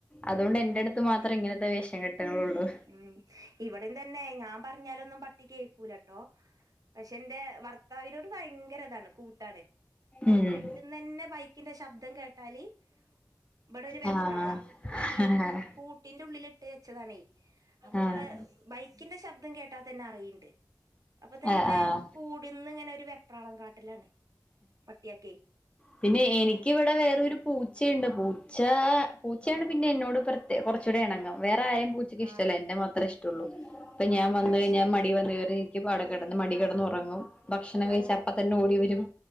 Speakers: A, on the left (about 15°); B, on the right (about 55°).
A: അതുകൊണ്ട് എന്റെ അടുത്ത് മാത്രം
B: മം
A: ഇങ്ങനത്തെ വേഷം കെട്ടുകളുള്ളൂ
B: മ് മ് ഇവിടെ തന്നെ ഞാൻ പറഞ്ഞാലൊന്നും പട്ടി കേക്കൂലട്ടോ പക്ഷേ എന്റെ ഭർത്താവിനോട് ഭയങ്കര ഇതാണ് കൂട്ടാണ് അപ്പം
A: ഉം
B: ഇന്ന് തന്നെ ബൈക്കിന്റെ ശബ്ദം കേട്ടാല് ഇവിടെ ഒരു വെപ്രാള
A: ആഹ്
B: വീട്ടില് കൂ കൂട്ടിന്റെ ഉള്ളില് ട്ടി വെച്ചതാണേ അപ്പൊ
A: ആഹ്
B: ഇവിടെ ബൈക്കിന്റെ ശബ് ശബ്ദം കേട്ടാതന്നെ അറിയിണ്ട് അപ്പൊ തന്നെ
A: ആഹ് ആഹ്
B: കൂട്ന്ന ഇങ്ങനെ ഒരു വെപ പ്രാളം കാട്ടലാണ് പട്ട്യക്കെ
A: പിന്നെ എനിക്ക് ഇവടെ വേറൊരു പൂച്ചയുണ്ട് പൂച്ച പൂച്ചേണ് പിന്നെ എന്നോട് പ്ര കൊറച്ചൂടെ എണങ്ങുംവേറെ ആരും പൂച്ചക്ക് ഇഷ്ടല്ല
B: ആഹ്
A: എന്നെ മാത്രേ ഇഷ്ടുള്ളൂ
B: ആഹ്
A: ഇപ്പ ഞാൻ
B: ആഹ്
A: വന്ന് കഴിഞ്ഞാ
B: ശരി
A: മടി വന്ന് കേറി <unintelligible> നിക്ക്ട കിടന്ന് മടി കിടന്ന് ഉറങ്ങും ഭക്ഷണം കഴിച്ച
B: ആഹ്
A: അപ്പ തന്നെ ഓടിവെരും